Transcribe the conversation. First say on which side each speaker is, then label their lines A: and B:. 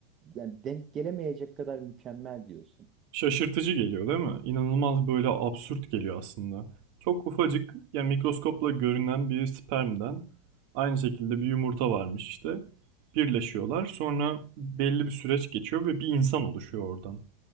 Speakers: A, on the right (about 25°); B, on the right (about 45°).
A: yani denk gelemeyecek kadar mükemmel diyorsun.
B: Şaşırtıcı geliyor değil mi? İnanılmaz böyle absürt geliyor aslında. Çok ufacık, yani mikroskopla görünen bir spermden aynı şekilde bir yumurta varmış işte. Birleşiyorlar. Sonra belli bir süreç geçiyor ve bir insan oluşuyor oradan.